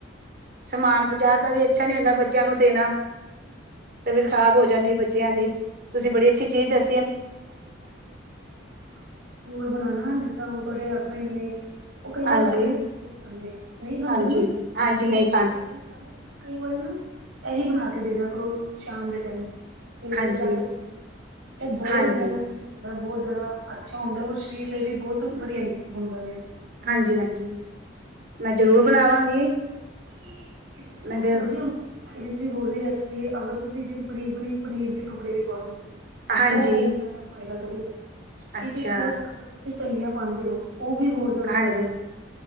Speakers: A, on the right; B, on the right.
A: ਸਮਾਨ ਬਜ਼ਾਰ ਦਾ ਵੀ ਅੱਛਾ ਨੀ ਹੁੰਦਾ ਬੱਚਿਆਂ ਨੂੰ ਦੇਣਾ, ਤਬੀਅਤ ਖਰਾਬ ਹੋ ਜਾਂਦੀ। ਬੱਚਿਆਂ ਦੀ, ਤੁਸੀਂ ਬੜੀ ਅੱਛੀ ਚੀਜ਼ ਦੱਸ।
B: ਸਕੂਲ ਬਣਾਣਾ ਜਿਸ ਤਰ੍ਹਾਂ ਹੁਣ ਤੁਹਾਡੇ ਹਸਬੈਂਡ ਨੇ। ਉਹ ਕਈ ਵਾਰ
A: ਹਾਂਜੀ
B: ਰਾਤੀ ਵੀ, ਰੋਟੀ ਨਹੀਂ ਖਾਂਦੇ ਨਹੀਂ ਖਾਂਦੇ
A: ਹਾਂਜੀ
B: ਨਾ।
A: ਹਾਂਜੀ
B: ਤੇ ਰੋਟੀ
A: ਨਹੀਂ
B: ਰੋਟੀ ਨਹੀਂ ਖਾਂਦੇ ਤੁਸੀਂ, ਕਈ ਵਾਰੀ ਨਾ ਇਹੀ ਬਣਾ। ਦੇ ਦ ਕਰੋ ਸ਼ਾਮ ਦੇ ਟਾਈਮ, ਤੇ ਫਿਰ
A: ਹਾਂਜੀ
B: ਚ ਇਹ ਬਹੁਤ।
A: ਹਾਂਜੀ
B: ਬਹੁਤ ਜ਼ਿਆਦਾ ਅੱਛਾ ਹੁੰਦਾ ਔਰ ਸਰੀਰ ਲਈ ਵੀ ਬਹੁਤ ਵਧੀਆ। ਹੁੰਦਾ ਵੀ ਹੈ
A: ਹਾਂਜੀ ਹਾਂਜੀ, ਮੈਂ ਜ਼ਰੂਰ
B: ਤੇ
A: ਬਣਾਵਾਂਗੀ।
B: ਇਹਦੇ ਚ ਨਾ
A: ਮੈਂ ਤੇ
B: ਹੋਰ ਵੀ, ਹੁੰਦੀ ਹੈ ਇਹਦੇ। ਹੋਰ ਵੀ ਰੈਸਪੀ ਅਗਰ ਤੁਸੀਂ ਇਹਦੇ 'ਚ ਪਨੀਰ ਪਨੀਰ ਪਨੀਰ ਦੇ ਟੁਕੜੇ ਵੀ ਪਾ ਦੋ।
A: ਹਾਂਜੀ
B: ਉਹ ਹੋਰ ਜ਼ਿਆਦਾ ਫਾਇਦਾ ਕਰੂੰਗਾ। ਠੀਕ
A: ਅੱਛਾ
B: ਏ ਪਲੱਸ ਅਗਰ ਤੁਸੀਂ ਧਨੀਆ ਪਾਂਦੇ ਹੋ ਉਹ ਵੀ ਹੋਰ ਜਿਆਦਾ
A: ਹਾਂਜੀ
B: ਫਾਇਦਾ ਕਰੇਗਾ,